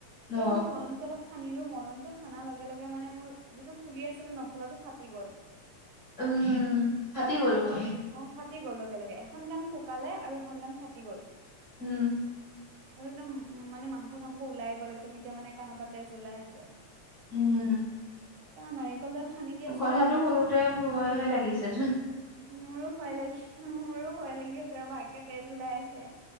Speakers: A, on the right; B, on the left.
A: তাৰপাত
B: অ
A: মই মলমতো অলপ সানিলো মলমতটো সানাৰ লগে লগে মানে মোৰ যিটো ফুলি আছিলো নফুলাটো ফাটি গ'ল।
B: উম ফাটি গ'ল
A: একে
B: গৈ।
A: ফাটি অ ফাটি গ'ল লগে লগে, এখন গান শুকালে আৰু এখন গান ফাটি গ'ল।
B: উম
A: ত একদম মানে মাংস-চাংস ওলাই গ'ল একদম এতিয়া মানে কানৰ পাত তেজ ওলাই আছে।
B: উম।
A: <unintelligible> দি আছো
B: কথাটো
A: বাৰু।
B: শুনোতে ভয়হে লাগিছেচোন।
A: মোৰো ভয় লাগি মোৰো ভয় লাগি আছে ৰবা একে তেজ ওলাই আছে।